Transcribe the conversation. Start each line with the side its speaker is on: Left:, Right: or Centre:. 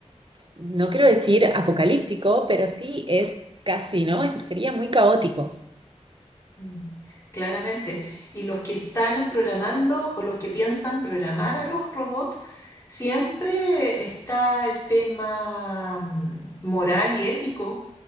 Right: no quiero decir apocalíptico, pero sí es casi, ¿no? Es- Sería muy caótico.
Left: mm. Claramente. Y los que están programando o los que piensan programar a los robots, siempre está el tema mm, moral y ético